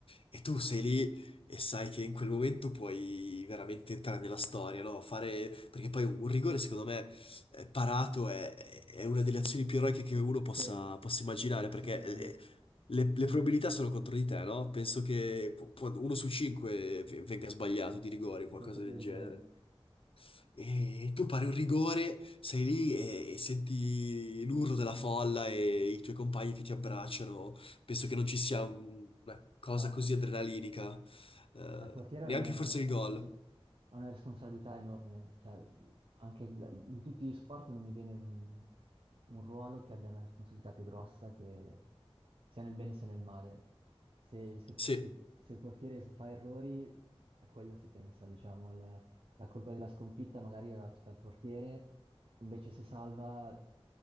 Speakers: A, on the left; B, on the right.
A: E tu sei lì e sai che in quel momento puoi veramente entrare nella storia, no? Fare... Perché poi un rigore, secondo me, eh, parato è, è una delle azioni più eroiche che uno possa,
B: sì,
A: possa immaginare,
B: assolutamente,
A: perché... eh, Le, le probabilità sono contro di te, no? Penso che qu- quando uno su cinque v- venga sbagliato di rigore, qualcosa
B: qualcosa
A: del
B: del
A: genere.
B: genere.
A: E tu pari un rigore, sei lì e senti l'urlo della folla e i tuoi compagni che ti abbracciano. Penso che non ci sia un- una cosa
B: No.
A: così adrenalinica, eh,
B: Ma Il portiere
A: neanche
B: ha una,
A: forse il gol.
B: sì, ha una responsabilità enorme, cioè anche il- in tutti gli sport non mi viene un, un ruolo che abbia una responsabilità più grossa, che sia nel bene sia nel male. Se, se-
A: Sì.
B: se- se il portiere fa errori, è quello si pensa, diciamo, la, la colpa della sconfitta magari va tutta al portiere, invece se salva,